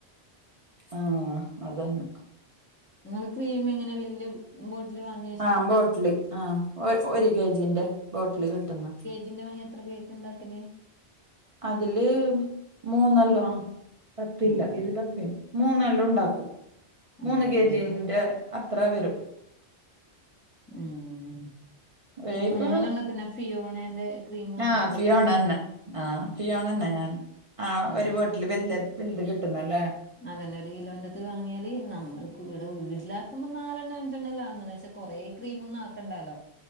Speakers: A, on the right; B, on the left.
A: ആഹ് അതന്ന
B: നിങ്ങ്ങള് ക്രീം എങ്ങനെ വല്യ ബോട്ടിൽ വാങ്ങ
A: ആഹ് ബോട്ടിലി ആഹ് ഒരു കെജിന്റെ ബോട്ടിലി കിട്ടുന്നു
B: ജിന്റെ വാങ്ങിയ എത്ര കേക്ക് ണ്ടാക്കല്
A: അതില് മൂന്നല്ലോ ആഹ് പറ്റില്ല
B: ആഹ്
A: ഇരുതപ്യാണ് മൂന്നെല്ലു ഉണ്ടാക്കും
B: ആഹ്
A: മൂന്ന് കെ
B: അങ്ങനത്തെ
A: ജീന്റെ അത്ര വരും
B: ഏഹ്
A: ഒരേക്ക്
B: പോ ഞാന് അങ്ങൻതന്നെ ഫിയോണേന്റെ ക്രീം വാങ്ങിക്കു
A: ആഹ് ഫിയോണന്നെ
B: ഒരു കിലോൻ
A: ആഹ് ഫിയോണന്നാ ഞാൻ ആഹ്
B: ഉം
A: ഒരു ബോട്ടില് വല്യ വലുത് കിട്ടുന്നല്ലേ
B: അതന്നെ ഒരു കിലോന്റത് വാങ്ങിയാല് നമ്മൾ ഇവിടെ വീട്ടിലാക്കുമ്പോ നാലെണ്ണം അഞ്ചെണ്ണംല്ല അങ്ങനെചാ കൊറെേ ക്രീമ ഒന്നും ആക്കണ്ടാലോ